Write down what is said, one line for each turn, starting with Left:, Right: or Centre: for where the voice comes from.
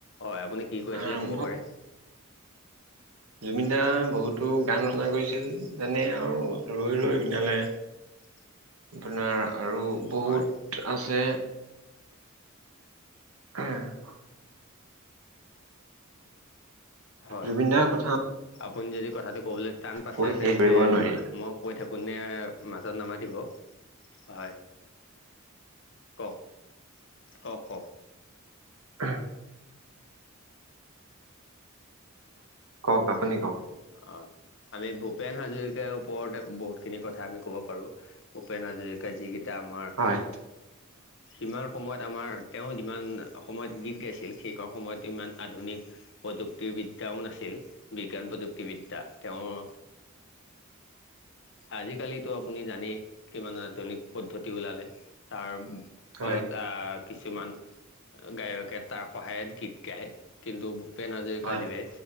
Left: হয় আপুনি কি কৈ আছিলে
Right: আৰম্ভ
Left: কব পাৰে
Right: জুবিনদাই বহুতো গান ৰচনা কৰিছিল যেনে আৰু ৰৈ ৰৈ বিনালে
Left: <inaudible>
Right: আপোনাৰ আৰু বহুত
Left: হয়
Right: আছে হা <unintelligible>
Left: হয়
Right: জুবিনদাৰ কথা
Left: আপুনি যদি কথাটো ক'বলৈ টান পাইছে
Right: কৈ
Left: তেন্তে
Right: শেষ কৰিব নোৱাৰি।
Left: মই কৈ থাকো নে মাজত নমাতিব হয় কওক কওক কওক
Right: হএ ন <inaudible> কওক আপুনি কওক
Left: অহ আমি ভূপেন হাজৰিকাৰ ওপৰতে বহুতখিনি কথা আমি ক'ব পাৰো ভূপেন হাজৰিকাৰ যি এতিয়া আমাৰ
Right: হয়,
Left: সিমান সময়ত আমাৰ তেওঁ যিমান অসমত গীত গাইছিল সেই সময়ত ইমান আধুনিক প্ৰযুক্তি বিদ্যাও নাছিল বিজ্ঞান প্ৰযুক্তি প্ৰযুক্তি বিদ্যা তেওঁৰ, আজিকালি ত আপুনি জানেই কিমান কিমান আধুনিক পদ্ধতি ওলালে তাৰ ফলত
Right: হয়,
Left: অহ কিছুমান গায়কে তাৰ সহায়ত গীত গায় কিন্তু ভূপেন হাজৰিকা
Right: হয়,
Left: দৱে